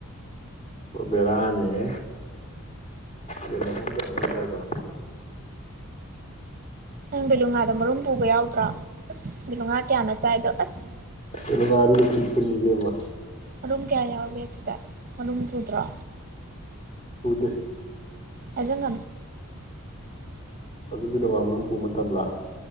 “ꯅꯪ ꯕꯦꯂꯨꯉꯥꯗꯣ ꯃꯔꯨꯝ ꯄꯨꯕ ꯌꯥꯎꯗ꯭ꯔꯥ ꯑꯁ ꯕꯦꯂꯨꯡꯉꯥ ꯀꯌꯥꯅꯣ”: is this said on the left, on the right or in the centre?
Right